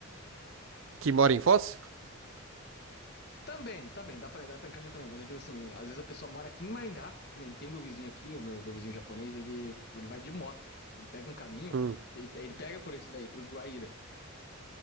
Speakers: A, on the right; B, on the left.
A: que mora em Foz?
B: Também, também, dá pra, dá pra encaixar também, mas eu digo assim, às vezes a pessoa mora aqui em Maringá, que nem tem o meu vizinho aqui, o meu, meu vizinho japonês, ele, ele vai de moto, ele pega um caminho,
A: Hum.
B: ele, pe- ele pega por esse daí, pro Guaíra.